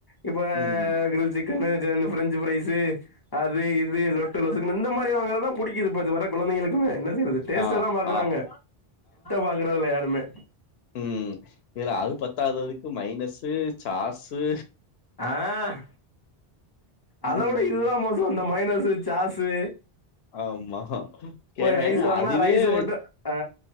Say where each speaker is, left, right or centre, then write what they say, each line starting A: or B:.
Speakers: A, on the left (about 25°); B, on the left (about 80°).
A: இப்ப
B: ம்.
A: கிரில் சிக் பிரஞ்சு பரைஸ் அது இது லொட்டு லசுக்க இந்த மாதிரி வாங்கதான் பிடிக்குது குழந்தைங்களுக்கும என்ன செய்ரியது டேஸ்ட்
B: ஆ,
A: தான் பாக்குறாங்க
B: ஆ.
A: பாக்குறதல யாருமே
B: உம் வேற அது பத்ததுதுக்கு மைனஸு சாசு
A: ஆஹ் அத
B: ம்.
A: விட இல்லாம் மோசம் வந்த மைனஸு சாஸு
B: ஆமாே
A: போய் ரைஸ்
B: ஏன்னா
A: வாங்குனா
B: அதுவேஹ
A: ரைஸு மட்டு ஆ